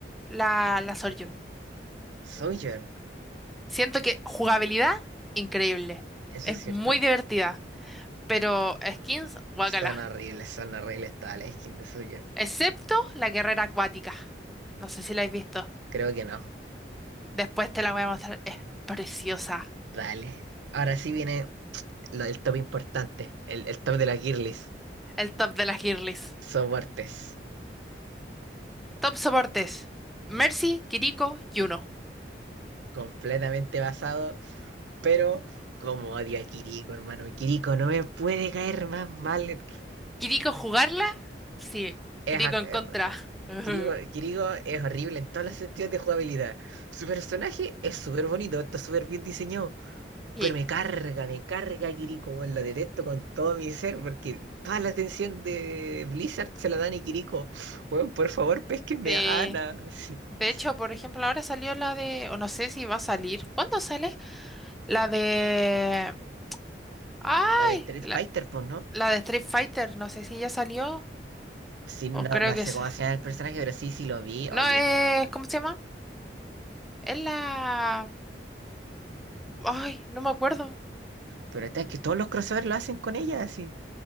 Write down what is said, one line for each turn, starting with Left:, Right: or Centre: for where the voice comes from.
Centre: la, la Soryun.
Right: Sojourn.
Centre: Siento que jugabilidad, increíble.
Right: ¿Eso
Centre: Es
Right: es cierto?
Centre: muy divertida, pero skins, guacala.
Right: Son horribles, son horribles todas las skins de Sojourn.
Centre: Excepto la guerrera acuática. No sé si la has visto.
Right: Creo que no.
Centre: Después te la voy a mostrar. Es preciosa.
Right: Dale. Ahora sí viene lo del top importante, el, el top de las girlies.
Centre: El top de las girlies.
Right: Soportes.
Centre: Top soportes. Mercy, Kiriko, Yuno.
Right: Completamente basado. Pero como odio a Kiriko, hermano. Kiriko no me puede caer más mal.
Centre: ¿Kiriko jugarla? Sí.
Right: Es,
Centre: Kiriko
Right: a-
Centre: en
Right: eh,
Centre: contra. <laughs>
Right: Kiriko, Kiriko es horrible en todos los sentidos de jugabilidad. Su personaje es súper bonito, está súper bien diseñado.
Centre: Sí.
Right: Pero me carga, me carga Kiriko, weón, Lo detesto con todo mi ser porque toda la atención de Blizzard se la dan a Kiriko. Weón, por favor, pésquenme
Centre: Sí.
Right: a Ana. <laughs>
Centre: De hecho, por ejemplo, ahora salió la de... O no sé si va a salir. ¿Cuándo sale? La de... ¡Ay!
Right: La de Street
Centre: La
Right: Fighter, pues, ¿no?
Centre: de Street Fighter, no sé si ya salió
Right: Sí, no,
Centre: o creo
Right: no
Centre: que
Right: sé
Centre: es...
Right: cómo se llama el personaje, pero sí, sí lo vi.
Centre: No,
Right: Oye.
Centre: es... ¿Cómo se llama? Es la... Ay, no me acuerdo.
Right: Pero esta es que todos los crossovers lo hacen con ella, así.